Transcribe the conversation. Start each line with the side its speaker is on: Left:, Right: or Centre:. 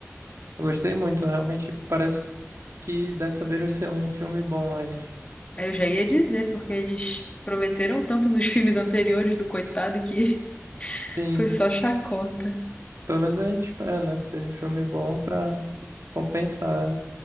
Right: eu gostei muito. Realmente parece que dessa vez vai ser um filme bom aí.
Left: Aí Eu já ia dizer, porque eles prometeram tanto nos filmes anteriores do coitado que <laughs>
Right: Sim,
Left: foi só chacota.
Right: pelo menos a gente espera, né? Que seja um filme bom pra compensar